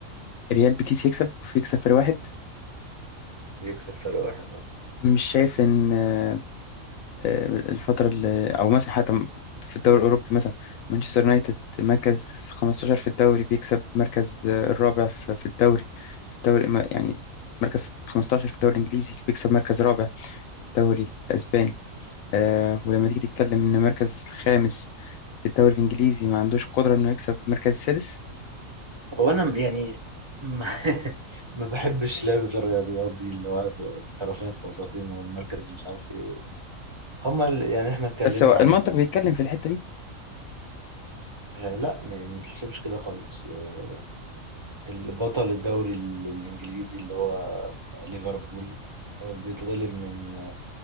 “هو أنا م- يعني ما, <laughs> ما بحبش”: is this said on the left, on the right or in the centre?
Right